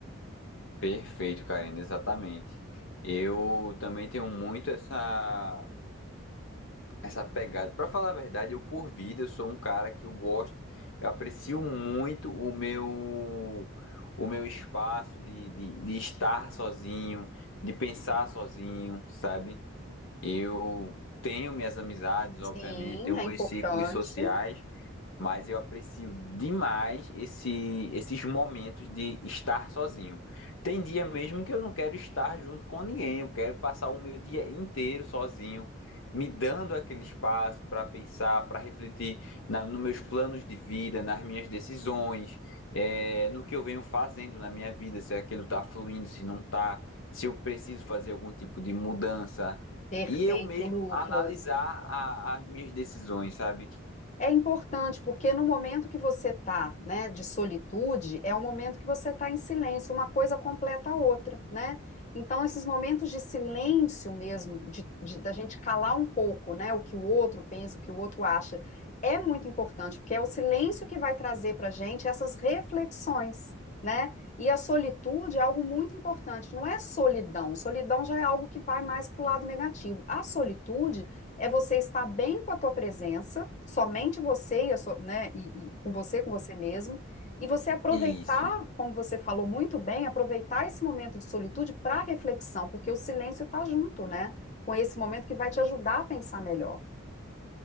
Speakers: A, on the left; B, on the left.
A: Perfeito, Karina. Exatamente. Eu também tenho muito essa essa pegada. Para falar a verdade, eu por vida, eu sou um cara que eu gosto, eu aprecio muito o meu o meu espaço de, de, de estar sozinho, de pensar sozinho, sabe? Eu tenho minhas amizades,
B: Sim,
A: obviamente, tenho
B: é
A: meus
B: importante.
A: ciclos sociais, mas eu aprecio demais esse, esses momentos de estar sozinho. Tem dia mesmo que eu não quero estar junto com ninguém, eu quero passar o meu dia inteiro sozinho, me dando aquele espaço para pensar, para refletir na, nos meus planos de vida, nas minhas decisões, é, no que eu venho fazendo na minha vida, se aquilo está fluindo, se não está, se eu preciso fazer algum tipo de mudança.
B: Perfeito,
A: E eu mesmo
B: Lucas.
A: analisar a- as minhas decisões, sabe?
B: É importante porque no momento que você está, né, de solitude, é o momento que você está em silêncio, uma coisa completa a outra, né? Então, esses momentos de silêncio mesmo, de, de- da gente calar um pouco, né, o que o outro pensa, o que o outro acha, é muito importante, porque é o silêncio que vai trazer para a gente essas reflexões, né? E a solitude é algo muito importante, não é solidão, solidão já é algo que vai mais para o lado negativo. A solitude é você estar bem com a tua presença, somente você e, a sua- né, e- e com você, com você mesmo, e você aproveitar,
A: Isso.
B: como você falou muito bem, aproveitar esse momento de solitude para reflexão, porque o silêncio está junto, né, com esse momento que vai te ajudar a pensar melhor.